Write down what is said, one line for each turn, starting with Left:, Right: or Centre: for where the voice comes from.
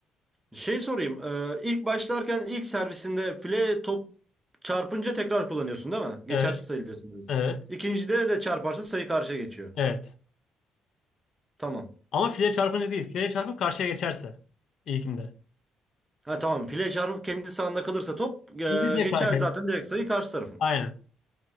Right: Şey sorayım. E, ilk başlarken ilk servisinde file top çarpınca tekrar kullanıyorsun değil mi? Geçersiz
Left: Evet,
Right: sayılıyorsun. biz.
Left: evet,
Right: İkincide de çarparsa sayı karşıya geçiyor.
Left: evet.
Right: Tamam.
Left: Ama file çarpınca değil. File çarpıp karşıya geçerse. İlkinde.
Right: Ha tamam. File çarpıp kendi sahanda kalırsa top e,
Left: İlkinde diye
Right: geçer
Left: kaykay.
Right: zaten direkt sayı karşı tarafın.
Left: Aynen.